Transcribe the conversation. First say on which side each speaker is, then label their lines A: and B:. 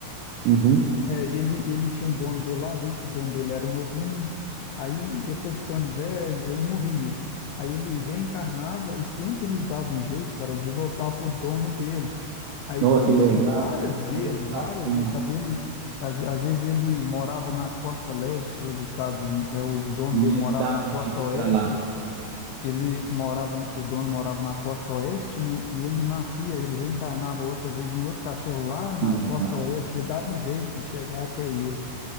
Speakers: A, on the right (about 80°); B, on the left (about 80°).
A: Uhum.
B: É, ele, ele tinha um dono dele lá, desde que o dono dele era novinho. Aí ele foi ficando velho, aí morria. Aí ele reencarnava e sempre ele dava um jeito, cara, de voltar pro dono dele. Aí
A: Nossa,
B: foi
A: que legal.
B: isso, várias vezes,
A: Com outro
B: várias
A: cachorro.
B: vezes, sabe? Ele, às, às vezes ele morava na costa leste dos Estados, é o dono
A: E
B: dele morava
A: ele dava
B: na costa
A: um jeito de
B: oeste,
A: ir pra lá.
B: ele morava, o dono morava na costa oeste, né? E ele nascia, ele reencarnava outra vez em outro cachorro lá na
A: Que legal.
B: costa oeste, ele dava um jeito de chegar até ele.